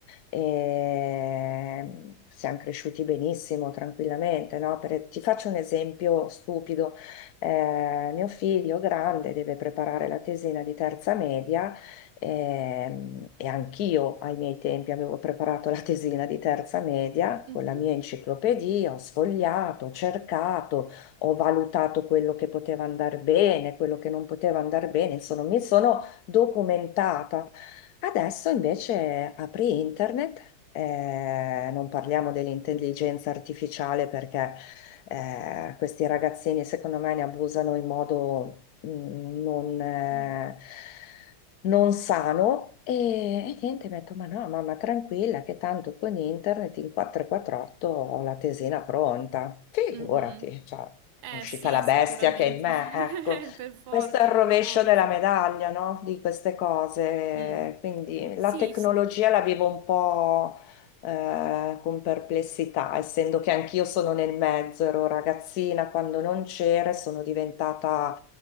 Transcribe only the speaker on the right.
Mhm,
mm,
mhm.
Eh
sì,
sicuramente,
<laughs>
per forza,
per forza.
Mm.
Sì,
sì.